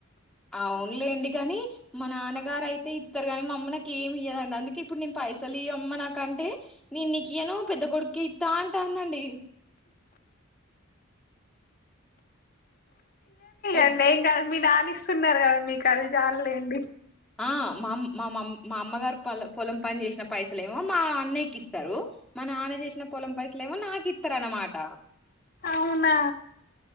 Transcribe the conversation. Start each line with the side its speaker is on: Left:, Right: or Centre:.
Centre: అవునులేండి కాని మా నాన్నగారుయితే ఇస్తరు కాని మా అమ్మ నాకు ఏమి ఇయ్యదండి అందుకే ఇప్పుడు నేను వైసలి అమ్మ నాకంటే నే నీకయను పెద్ద కొడుకి ఇస్తా అంటా అందండి పెద్
Left: అండి నం మీ నానిస్తున్నారు కదా మీకు అది జాలలేండి
Centre: ఆ మామ్ మామ్ మా అమ్మగారు పొ పొలం పని చేసిన పైసలే ఏమో మా అన్నయ్యకి ఇస్తారు మా నాన్న చేసిన పొలం పైసలేమో నాకు ఇస్తారునమాట
Left: అవునా